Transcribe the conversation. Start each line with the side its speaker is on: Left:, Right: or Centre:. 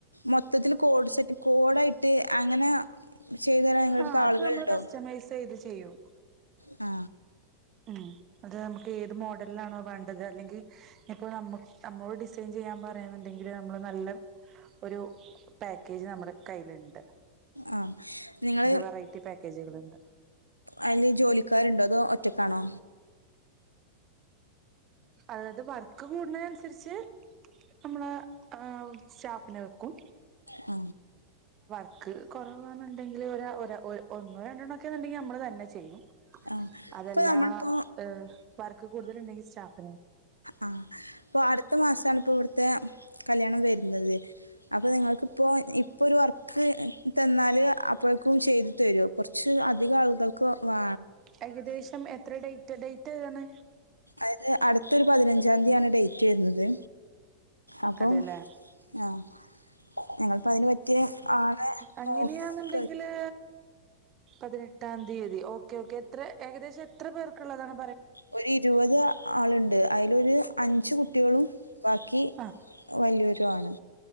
Left: മൊത്തത്തിൽ കോഡ് സെറ്റ് കോഡായിട്ട് അങ്ങനെ ചെയ്തു തരാൻ നിങ്ങളടുത്ത്
Right: ആഹ അത്
Left: ആളുകളുണ്ടോ
Right: നമ്മള് കസ്റ്റമൈസ് ചെയ്ത് ചെയ്യും
Left: ആ
Right: ഉം അത് നമുക്ക് ഏത് മോഡൽ ല്ലാണോ വേണ്ടത് അല്ലെങ്കിൽ ഇപ്പോ ന നമ്മോട് ഡിസൈൻ ചെയ്യാൻ പറയാനണ്ടെങ്കിൽ നമ്മള് നല്ല ഒരു പാക്കേജ് നമ്മള് കയ്യില്ണ്ട്
Left: ആ നിങ്ങള്
Right: ല്ല വെറൈറ്റി പാക്കേജുകളുണ്ട്
Left: അതില് ജോലിക്കാരുണ്ടോ അതോ ഒറ്റക്കാണോ
Right: അതായത് വർക്ക് കൂടുന്ന അനുസരിച്ച് നമ്മള് ആ സ്റ്റാഫിനെ വെ കു
Left: അ
Right: ക്ക് കുറവാണന്നുണ്ടെങ്കിൽ ഒരാ ഒരാ ഒന്നോ രണ്ടെണ്ണ ഒക്കെന്നുണ്ടെങ്കിൽ നമ്മൾ തന്നെ ചെയ്യും
Left: ആ
Right: അതെല്ലാ
Left: ഇപ്പൊ നമ്മളിപ്പോ
Right: ആ വർക്ക് കൂടുതലുണ്ടെങ്കിൽ സ്റ്റാഫ്
Left: ആ അപ്പൊ അടുത്ത മാസണപ്പോ ത്തെ കല്യാണം വരുന്നത് അപ്പൊ നിങ്ങൾക്ക് ഇപ്പോ ഇപ്പൊ ഒരു വർക്ക് തന്നാല് അപ്പോഴക്കും ചെയ്ത് രോ കുറച്ച് അധിക ആളുകൾക്ക് വേ
Right: ഏകദേശം എത്ര ഡേറ്റ് ഡേറ്റ്ഏതാണ്
Left: അത് അടുത്തൊരു പതിനഞ്ചാം തീയതിയാണ് ഡേറ്റ് വരുന്നത് അപ്പം
Right: അതെല്ലേ
Left: ആഹ് ഞങ്ങളിപ്പോ അതിന് പറ്റിയ ആളെ
Right: അങ്ങനെയാന്നണ്ടെങ്കില്
Left: നോക്കി നിക്കായിരുന്നു
Right: പതിനെട്ടാം തീയതി ഓക്കെ ഓക്കെ എത്ര ഏകദേശം എത്ര പേർക്കുള്ളള്ളതാണ്
Left: ഒരു ഇരുപത് ആളുണ്ട് അതിലൊരു അഞ്ച് കു കുട്ടികളും ബാക്കി
Right: ആഹ്
Left: വലിയോരു യാണ്